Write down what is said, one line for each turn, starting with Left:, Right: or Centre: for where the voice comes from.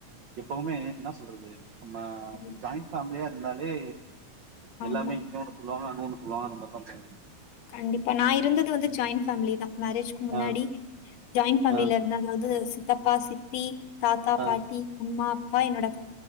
Right: எப்பவுமே என்ன சொல்றது நம்ம
Left: ம்
Right: ஜாயிண் ஃபேமிலியா இருந்தாலே
Left: ஆமா
Right: எல்லாமே இன்னொன்னு சொல் சொல்லுவாங்க அது ஒன்னு சொல்லுவாங்க அத மாரி தான் போவும்
Left: கண்டிப்பா நான் இருந்தது வந்து ஜாயிண்ட் ஃபேமிலி தான் மேரேஜ்க்கு முன்னாடி
Right: ஆ
Left: ஜாயின் ஃபமிலில
Right: ஆ
Left: இருந்த அதாது சித்தப்பா சித்தி தாத்தா
Right: ஆ
Left: பாட்டி அம்மா அப்பா என்னோட